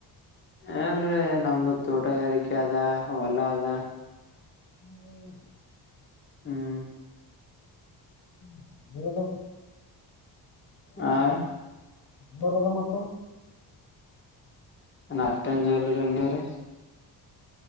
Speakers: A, on the left (about 25°); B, on the left (about 55°).
A: ಎಲ್ರರಿ ನಮ್ದು ತೋಟಗಾರಿಕೆ ಅದ ಹೊಲ ಅದ
B: ಹ್ಮ್
A: ಹ್ಮ್
B: ಹ್ಮ ಊರದ
A: ಹಾ
B: ದೋರದ ಮತ್ತ
A: ನ ಅತ್ತ ಜೋರಿಲ್ರರಿ ಇ ನೀವ್ರ